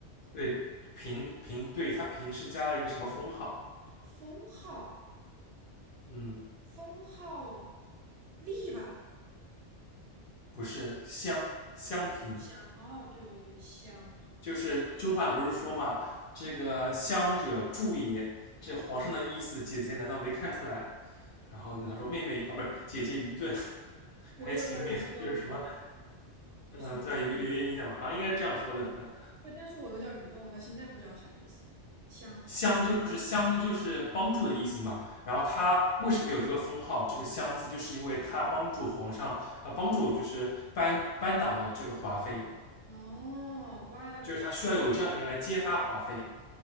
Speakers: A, on the left; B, on the right.
A: 对，嫔嫔，对他嫔是加了一个什么封号？
B: 封号
A: 嗯，
B: 封号立吧？
A: 不是襄襄嫔，
B: 香哦，对对对，香。
A: 就是甄嬛不是说嘛，这个襄者助也，这皇上的意思，姐姐难道没看出来？然后呢，他说妹妹啊，不是姐姐愚钝，<laughs>
B: 我有点儿愚钝，
A: 还请妹妹就是什么，
B: 我是？
A: 嗯、对吧有有点印象吧？好像应该是这样说的，嗯。
B: 对，但是我有点儿愚钝，我到现在不知道啥意思，香是啥意思？
A: 相就是相就是帮助的意思嘛。然后他为什么有这个封号？这个相字，就是因为他帮助皇上啊呃帮助就是扳扳倒了这个华妃，
B: 哦，怪不得，
A: 就是他需要有这样一个人来揭发华妃。